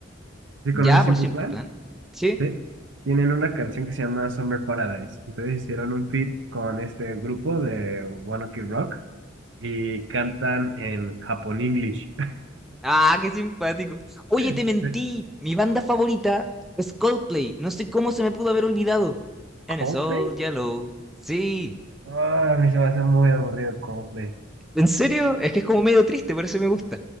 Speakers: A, on the right; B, in the centre.
A: ¿Sí
B: Ya,
A: conoces
B: por
A: Simple
B: Simple
A: Plan?
B: Plan. Sí.
A: Sí. Tienen una canción que se llama Summer Paradise. Entonces hicieron un feat con este grupo de One Ok Rock y cantan en Japón English.
B: Ah, qué simpático. Oye, te
A: <laughs>
B: mentí. Mi banda favorita es Coldplay. No sé cómo se me pudo haber olvidado. And
A: ¿Coldplay?
B: it's all yellow. Sí.
A: Ah, a mí se me hace muy aburrido, como
B: ¿En serio? Es que es como medio triste, por eso me gusta.